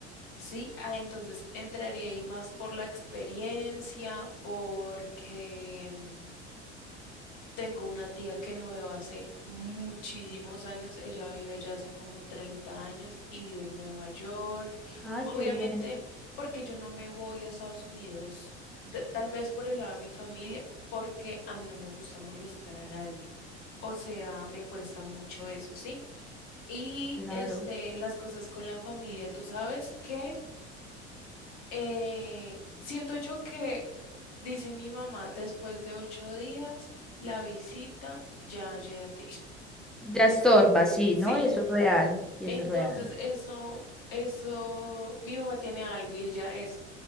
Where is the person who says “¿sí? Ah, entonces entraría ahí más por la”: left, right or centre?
Left